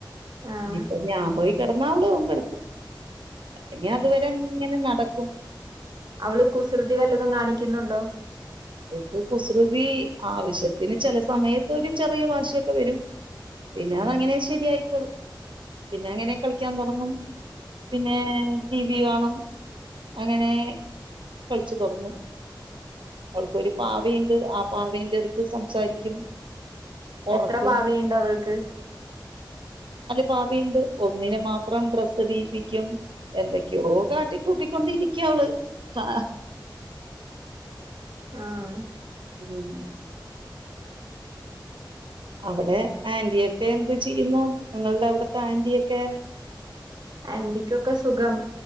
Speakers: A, on the right; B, on the right.
A: ആഹ്
B: ഇപ്പൊ ഞാപോയി കെടന്നാവളും കെടക്കും ഞ്ഞി അതുവരെ ഇങ്ങനെ നട ഉം
A: അവള് കുസൃതി വല്ലതും കാണിക്കുന്നുണ്ടോ
B: അവർക്ക് കുസൃതി ആവശ്യത്തിന് ചില സമയത്ത് ഒരു ചെറിയ വാശിയൊക്കെ വരും പിന്നെ അതങ്ങനെ ശരിയായിക്കോളും പിന്നെ അങ്ങനെ കളിക്കാൻ തൊടങ്ങും പിന്നെ ടി വി കാണും അങ്ങനേ കളിച്ചു തൊടങ്ങും അവൾക്കൊരു പാവേണ്ട് ആ പാവേന്റട്ത്ത് സംസാരിക്കും ഉറക്കും
A: എത്ര പാവയുണ്ട് അവൾക്ക്
B: പാവിണ്ട് ഒന്നിനെ മാത്രം ഡ്രെസ്സ് ഇടീപ്പിക്കും എന്തൊക്കെയോ കാട്ടിക്കൂട്ടിക്കൊണ്ടിരിക്ക അവള് ക
A: ആഹ്
B: ഉം അവിടെ ആന്റിയൊക്കെ എന്ത് ചെയ്യുന്നു നിങ്ങളുടെ അവിടത്തെ ആന്റിയൊക്കെ
A: ആന്റിക്കൊക്കെ സുഖം